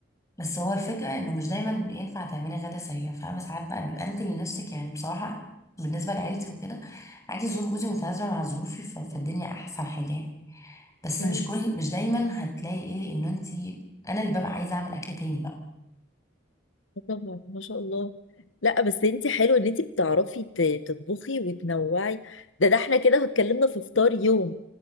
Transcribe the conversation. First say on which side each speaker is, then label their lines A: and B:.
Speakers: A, on the left; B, on the left.
A: بس هو الفكرة انه مش دايما ينفع تعملي غدا سريع فاهمة ساعات بقى بيبقى انت لنفسك يعني بصراحة بالنسبة لعيلتي وكده عادي ظروف جوزي متناسبة مع ظروفي ف- فالدنيا احسن حاجة يعني. بس
B: كويس
A: مش كل مش دايما هتلاقي ايه انه انت انا اللي ببقى عايزة اعمل اكل تاني بقى
B: آه طبعا ما شاء الله لا بس انت حلو ان انت بتعرفي ت- تطبخي وتنوعي ده ده احنا كده اتكلمنا في فطار يوم